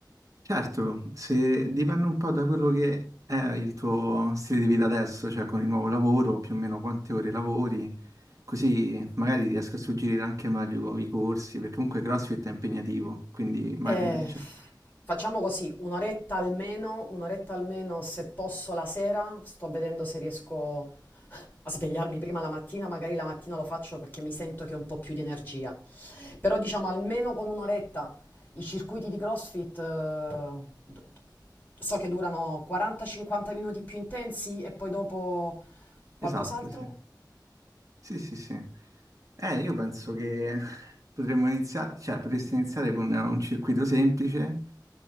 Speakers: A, on the right (about 45°); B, on the left (about 25°).
A: Certo, se dipende un po' da quello che è il tuo stile di vita adesso, cioè con il nuovo lavoro, più o meno quante ore lavori, così magari ti riesco a suggerire anche meglio i corsi, perché comunque CrossFit è impegnativo, quindi magari...
B: Eh,
A: cioè,
B: facciamo così, un'oretta almeno, un'oretta almeno se posso la sera, sto vedendo se riesco a svegliarmi prima la mattina, magari la mattina lo faccio perché mi sento che ho un po' più di energia. Però diciamo almeno con un'oretta i circuiti di CrossFit eh, d- so che durano 40-50 minuti più intensi e poi dopo qualcos'altro.
A: Esatto, sì. Sì, sì, sì. Eh, io penso che potremmo iniziare, cioè potresti iniziare con un circuito semplice,